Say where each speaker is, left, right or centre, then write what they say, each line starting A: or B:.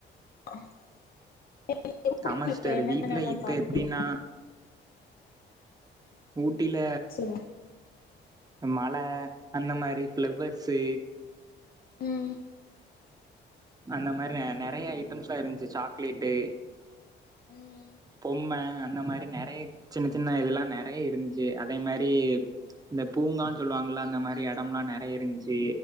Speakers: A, on the left; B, on the right.
A: <unintelligible>
B: ஆமா சிஸ்டர்
A: என்னன்னல்லா
B: வீட்ல இப்ப
A: பாத்தீங்க
B: எப்டின்னா ஊட்டில
A: சொல்லுங்க
B: மல அந்த மாரி ஃபிளவர்ஸு
A: ம்
B: அந்த மாரி நறைய ஐட்டம்ஸ்ல்லா இருந்துச்சு சாக்லேட்டு
A: ம்
B: பொம்ம அந்த மாரி நெறைய சின்ன சின்ன இதெல்லா நெறைய இருந்துச்சு அதே மாரி இந்த பூங்கான்னு சொல்லுவாங்கல்ல அந்த மாரி எடம்ல்லா நெறைய இருந்துச்சு